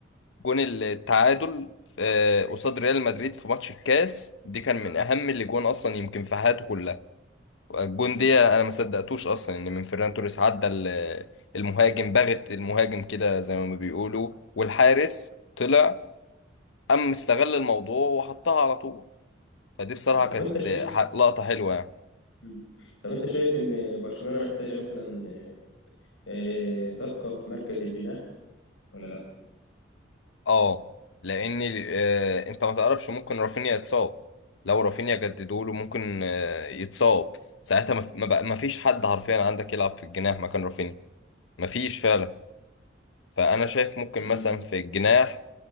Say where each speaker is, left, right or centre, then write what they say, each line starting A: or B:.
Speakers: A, on the left (about 70°); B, on the left (about 85°).
A: جون التعادل آه، قصاد ريال مدريد في ماتش الكاس دي كان من اهم الاجوان اصلا يمكن في حياته كلها الجون
B: مم.
A: دي انا ما صدقتوش اصلا ان من فيران توريس عدى ال- المهاجم بغت المهاجم كده زي ما بيقولوا والحارس طلع قام استغل الموضوع وحطها على طول فدي بصراحة
B: طب
A: كانت
B: انت شايف
A: آه، لقطة حلوة يعني
B: مم. طب انت شايف ان برشلونه محتاجه مثلا آه، صفقه في مركز الجناح ولا لا؟
A: اه لان ال- آه انت ما تعرفش ممكن رافينيا يتصاب لو رافينيا جددوا له ممكن آه يتصاب ساعتها ما في- ما بقى- ما فيش حد حرفيا عندك يلعب في الجناح مكان رافينيا ما فيش فعلا فانا شايف ممكن
B: مم.
A: مثلا في الجناح